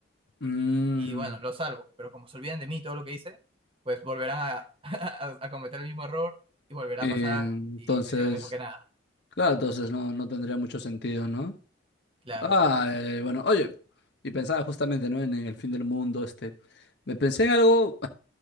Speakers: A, on the left; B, on the right.
A: mm,
B: y bueno, lo salvo, pero como se olvidan de mí todo lo que hice, pues volverán a, <laughs> a- a cometer el mismo error y volverá
A: eh,
B: a pasar
A: entonces,
B: y sería lo mismo que nada.
A: claro, entonces no, no tendría mucho sentido, ¿no?
B: Claro,
A: Ah,
B: claro.
A: ya, ya, bueno, oye, y pensaba justamente, ¿no? En, en el fin del mundo, este, me pensé en algo,